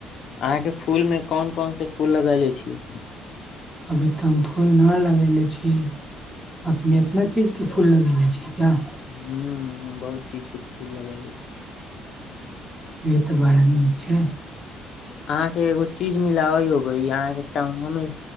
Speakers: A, on the left; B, in the centre.
A: अहाँ केँ फूल में कोन कोन से फूल लगेले छी
B: अभी तऽ हम फूल न लगेेले छी <inaudible> अपने एतना चीज केँ फूल लगेने छियै किया
A: हू हम बहुत चीज केँ फूल लगेले छी।
B: यै तऽ बड़ा नीक छैय।
A: अहाँ केँ एगो चीज मिलबै यौ अहाँ केँ टाउनो मे